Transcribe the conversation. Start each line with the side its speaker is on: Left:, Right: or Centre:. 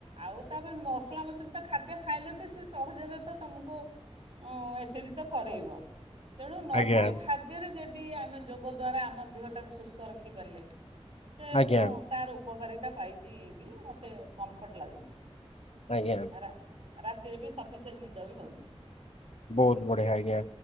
Right: ଆଉ ତାପରେ ମ ମସଲା ମସଲି ତ ଖାଦ୍ୟ ଖାଇଲେ ତ ସେ ସହଜରେ ତ ତମୁକୁ ଉଁ ଏସିଡି ତ କରେଇବ। ତେଣୁ ନର୍ମାଲ
Left: ଆଜ୍ଞା
Right: ଖାଦ୍ୟରେ ଯେ ତି ଆମେ ଯୋଗ ଦ୍ୱାରା ଆମ ଦେହଟାକୁ ସୁସ୍ଥ ରଖିପାରିଲେ ସେ
Left: ଆଜ୍ଞା
Right: ମୁଁ ତାର ଉ ଉପକାରିତା ପାଇଛି, ବି ମୋତେ କମ୍ଫର୍ଟ ଲାଗୁଛି।
Left: ଆଜ୍ଞା
Right: ରା ରାତିରେ ବି ସ ସେ ନିଦ ବି ହଉନି।
Left: ବହୁତ ବଢିଆ ଆଜ୍ଞା